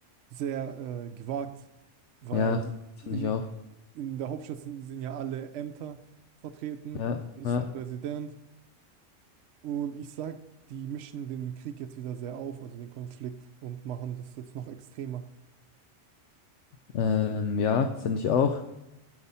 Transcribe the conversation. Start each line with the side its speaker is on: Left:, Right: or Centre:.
Right: sehr äh, gewagt, weil
Left: Ja, finde
Right: in,
Left: ich auch.
Right: in der Hauptstadt sind, sind ja alle Ämter vertreten,
Left: Ja,
Right: ist
Left: ja.
Right: der Präsident. Und ich sag, die mischen den Krieg jetzt wieder sehr auf, also den Konflikt, und machen das jetzt noch extremer.
Left: Ähm, ja, finde ich auch.